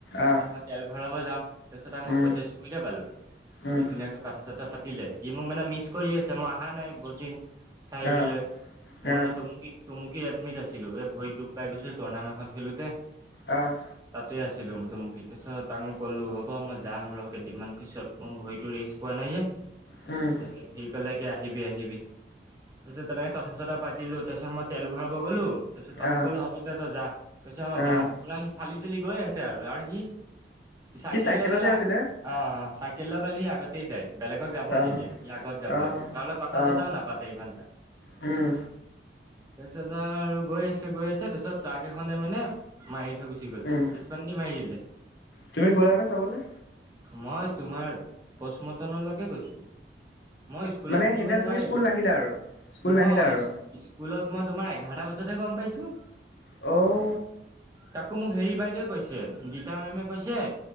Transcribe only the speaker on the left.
আহ
উম
উম
আহ
আহ
অ'।
উম।
আহ
আহ
সি চাইকেলতহে
আছিলে
আহ
আহ
আহ
উম।
উম
তুমি গ'লা নে চাবলৈ
মানে
সেইদিনা
তুমি স্কুল নাহিলা আৰু স্কুল
নাহিলা আৰু
অ'।